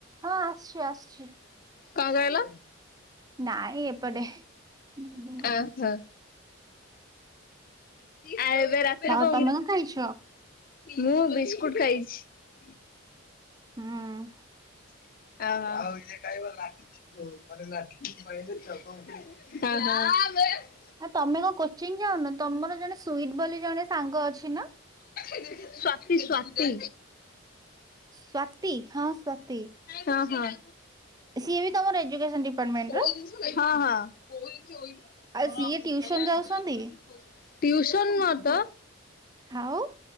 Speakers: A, on the right; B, on the left.
A: ହଁ ଆସୁଛି ଆସୁଛି।
B: କଣ କହିଲ?
A: ନାଇଁ ଏପଟେ ଦିଦିଙ୍କ।
B: ଅ ହ <inaudible> ଆ ଏବେ ରାତିରେ
A: ଆଉ
B: କ <inaudible>
A: ତମେ କଣ ଖାଇଛ?
B: ମୁଁ ବିସ୍କୁଟ ଖାଇଛି।
A: ହୁଁ।
B: ଉ ଇ କହା <inaudible> ହଁ ବେ।
A: ଆଉ ତମେ କଣ କୋଚିଂ ଯାଉନ ତମର ଜଣେ ସୁଇଟ ବୋଲି ଜଣେ ସାଙ୍ଗ ଅଛି ନା?
B: ଶ୍ୱାତୀ ଶ୍ୱାତୀ!
A: ସ୍ଵାତି ହଁ ସ୍ଵାତି
B: ହଁ ହଁ।
A: ସିଏ ବି ତମର ଏଜୁକେସନ ଡିପାର୍ଟମେଣ୍ଟର?
B: ହଁ ହଁ। ହଁ
A: ଆଉ ସିଏ ଟିଉସନ
B: ଖାଇଲା
A: ଯାଉଛନ୍ତି
B: ଖାଇଲା କହିଲୁ ଟିଉସନ ନୁଁ ହତ
A: ଆଉ